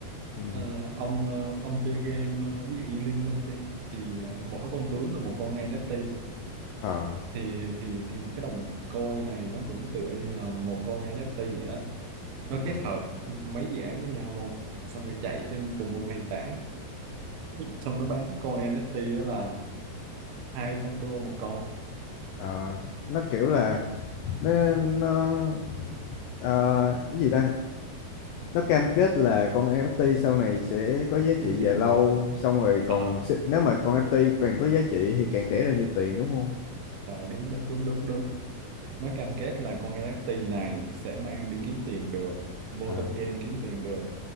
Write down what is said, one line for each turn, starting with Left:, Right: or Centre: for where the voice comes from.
Left: Ừ.
Right: Ờ, ông ờ, ông chơi game ờ, ví dụ như Liên Minh đi thì ờ, mỗi con tướng là một con NFT
Left: Ờ.
Right: thì thì thì cái đồng coin này nó cũng tựa như là một con NFT vậy đó nó
Left: Ừ.
Right: kết hợp mấy dự án với nhau luôn xong rồi chạy trên cùng một nền tảng xong nó bán con NFT đó là 200 đô một con
Left: Ờ. Nó kiểu là nên nó ờ, cái gì ta nó cam kết là con NFT sau này sẽ có giá
Right: kiếm
Left: trị
Right: tiền
Left: dài lâu
Right: được
Left: xong rồi còn
Right: ờ
Left: sẽ- nếu mà con NFT càng có giá trị thì càng đẻ ra nhiều tiền đúng không
Right: ờ, đúng đúng đúng đúng đúng nó cam kết là con NFT này sẽ mang đi kiếm tiền được vô
Left: à,
Right: trong game kiếm tiền được